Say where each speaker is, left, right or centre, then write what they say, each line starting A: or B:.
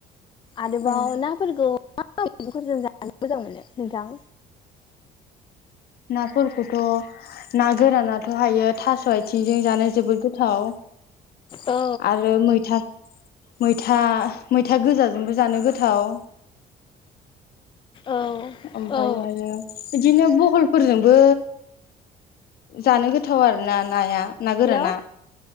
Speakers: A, on the left; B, on the left.
A: आरोबाव
B: औ
A: नाफोरखौ मा मैगंफोरजों जानो मोजां मोनो नोंथां?
B: नाफोरखौथ' ना गोरानाथ' हायो थास' आथिंजों जानो जोबोद गोथाव।
A: औ
B: आरो मैथा मैथा मैथा गोजाजोंबो जानो गोथाव।
A: औ
B: ओमफ्राय
A: औ
B: हायो इदिनो बो- फलफोरजोंबो जानो गोथाव आरोना नाया। नागोराना।
A: हेल'